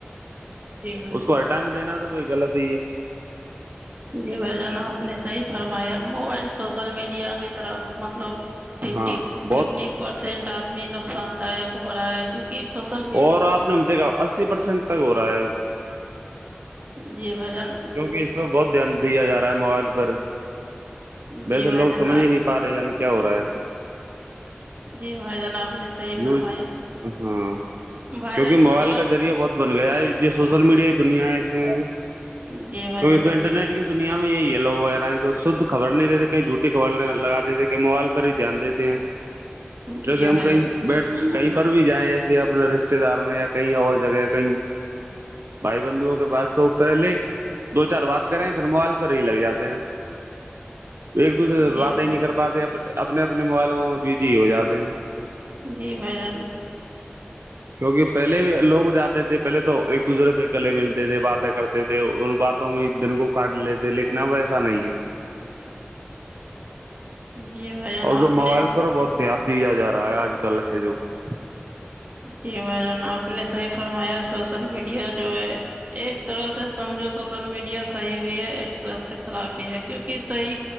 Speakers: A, on the right; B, on the right.
A: جی بھ
B: اس
A: جان
B: کو ہر ٹائم دینا تو کوئی غلط ہی ہے
A: جی بھ جانا آپ نے صحی فرمایا موبائل سوشل میڈیا کے طرف مطلب ففٹی
B: ہاں
A: ففٹی
B: بہت
A: پرسینٹ آدمی نقصان داک ہو رہا ہے کیونکہ کی فصل
B: اور آپ نے دیکھا اسی پرسینٹ تک ہو رہا ہے
A: جی بھجن
B: چونکہ اس پ بہت دھیان دیا جا رہا ہے موبائل پر
A: جی
B: ویسے
A: بھائی
B: لوگ
A: جان
B: سمجھ ہی نہیں پار رہے یع کیا ہو رہا ہے
A: جی بائی جانا آپ نے صحیح
B: یوز
A: فرمایا
B: ہاں
A: بھائی
B: کیونکہ
A: جان
B: موبائل
A: اگر
B: کا ذریعہ بہت بن گیا یہ سوشل میڈیا دنیا ہے اس میں جو
A: جی بھائی
B: کیکہ
A: جان
B: اس میں انٹرنیٹ کی دنیا میں یہی ہے لوگ وغیرہ آج شدھ خبر نہیں دیتے کہیں جھوٹی خبر نہیں لگ دیتے کہیں موبائل پر ہی دھیان دیتے ہیں جیسے
A: جی
B: ہم
A: بھائی
B: ہم کیں
A: جان
B: جن بیٹ کہیں پر بھی جائیں ایسے اپنے رشتے دار میں یا کہیں اور جگہ کہیں بھائی بندھوؤں کے پاس تو پہلے دو چار بات کریں پھر موبائل پر ہی لگ جاتے ہیں ایک دوسرے سے
A: جی
B: باتیں ہی نہیں کر پاتے اپنے اپنے موبائل میں بجی ہو جاتے ہیں
A: جی بھ جان
B: کیونکہ پہلے بھی لوگ جاتے تھے پہلے تو ایک دوسرے سے گلے ملتے تھے باتیں کرتے تھے ان باتوں میں دن کو کاٹ لیتے تھے لیکن اب ایسا نہیں ہے
A: جی بھائی جان
B: اور تو
A: آپ نے
B: موبائل پر بہت دان دیا جا رہا ہے آج کل ہے جو <inaudible>
A: جی بھائی جان آپ نے صحیح فرمایا سوشل میڈیا جو ہے ایک طرح سے سمجھو سوشل میڈیا صحیح بھی ہے ایک طرف سے خراب بھی ہے کیونکہ صحیح